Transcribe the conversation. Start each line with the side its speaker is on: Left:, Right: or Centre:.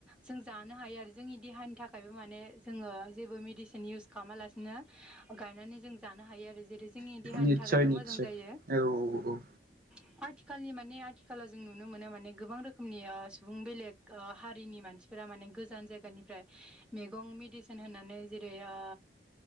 Centre: जों जानो हायो आरो जोंनि देहानि थाखायबो माने जोङो जेबो मेडिसिन इउस खालामालासिनो गायनानै जों जानो हायो आरो जेरै जोंनि देहानि
Right: निस्सय
Centre: थाखायबो
Right: निस्सय
Centre: मोजां जायो।
Right: औ औ
Centre: ओ आथिखालनि माने आथिखालाव जों नुनो मोनो माने गोबां रोखोमनि ओ सुबुं बेलेग हारिनि मानसि फोरा माने गोजान जायगानिफ्राय मैगं मेडिसिन होनानै जेरै ओ